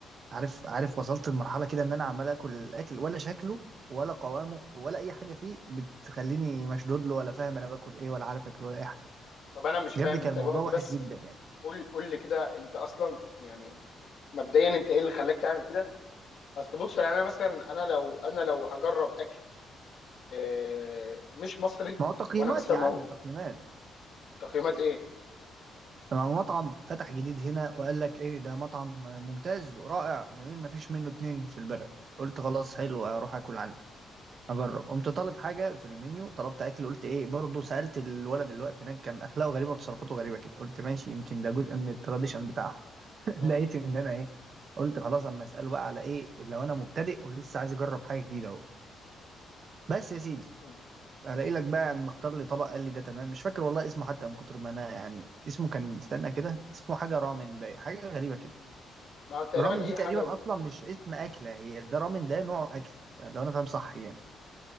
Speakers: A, on the right; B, on the left.
A: عارف عارف وصلت لمرحله كده ان انا عمال اكل الاكل ولا شكله ولا قوامه ولا اي حاجه فيه بتخليني مشدود له ولا فاهم انا باكل ايه ولا عارف اكل ولا اي حاجه
B: طب انا مش فاهم
A: بجد كان
B: انت
A: الموضوع
B: دلوقتي
A: وحش
B: بس
A: جدا يعني
B: قول قول لي كده انت اصلا يعني مبدئيا انت ايه اللي خلاك تعمل كده اصل بص يعني انا مثلا انا لو انا لو هجرب اكل آه، مش مصري
A: ما هو تقييمات
B: وانا مثلا
A: يا
B: مو...
A: عم تقييمات
B: تقييمات ايه
A: مع مطعم فتح جديد هنا وقال لك ايه ده مطعم ممتاز ورائع جميل ما فيش منه اتنين في البلد قلت خلاص حلو اروح اكل عنده اجرب قمت طالب حاجه في المنيو طلبت اكل قلت ايه برضه سالت الولد اللي واقف هناك كان اخلاقه غريبه وتصرفاته غريبه كده قلت ماشي يمكن ده جزء من التراديشن بتاعهم <laughs>
B: مم.
A: لقيت ان انا ايه قلت خلاص اما اساله بقى على ايه لو انا مبتدئ ولسه عايز اجرب حاجه جديده اهو بس يا سيدي
B: مم.
A: هلاقي لك بقى مختار لي طبق قال لي ده تمام مش فاكر والله اسمه حتى من كتر ما انا يعني اسمه كان استنى كده اسمه حاجه رامن باين حاجه غريبه كده
B: ما هو تقريبا
A: رامن
B: اي
A: دي تقريبا
B: حاجه ب...
A: اصلا مش اسم اكله هي ده رامن ده نوع اكل لو انا فاهم صح يعني